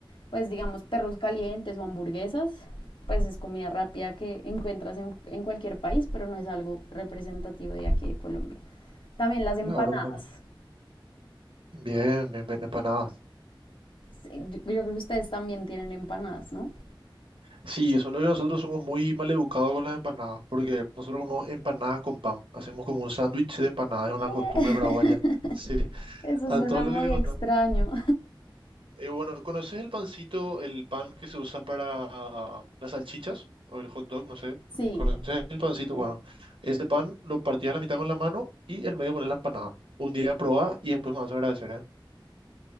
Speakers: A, on the left; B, on the right.
A: pues digamos perros calientes o hamburguesas, pues es comida rápida que encuentras en, en cualquier país, pero no es algo representativo de aquí de Colombia. También las empanadas.
B: Claro, claro. Bien, bien, bien, empanadas.
A: Sí, Yo, yo creo que ustedes también tienen empanadas, ¿no?
B: Sí, solo que nosotros somos muy mal educados con las empanadas, porque nosotros comemos empanadas con pan. Hacemos como un sándwich de empanadas, es una
A: ¿Qué?
B: costumbre
A: <laughs>
B: paraguaya. Sí,
A: Eso
B: a
A: suena
B: todo lo
A: muy
B: que le contamos.
A: extraño.
B: Eh, bueno, ¿conoces el pancito, el pan que se usa para las salchichas o el hot dog? No sé.
A: Sí,
B: ¿Conoces el pancito?
A: como
B: Bueno, ese pan lo partías a la mitad con la mano y el medio pones la empanada. Un día probá y después me vas a agradecer, ¿eh?